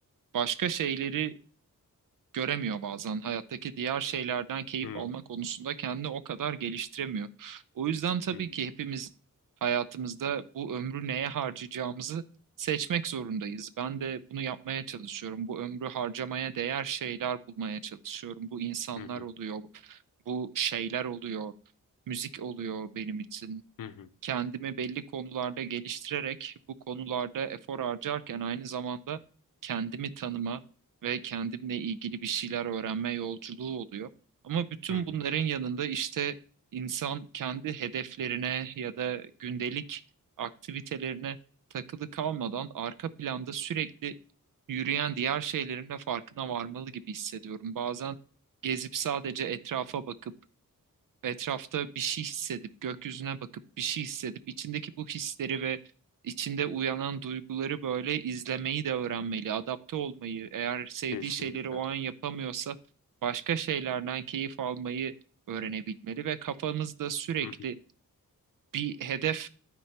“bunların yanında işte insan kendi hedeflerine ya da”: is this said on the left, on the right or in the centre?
Right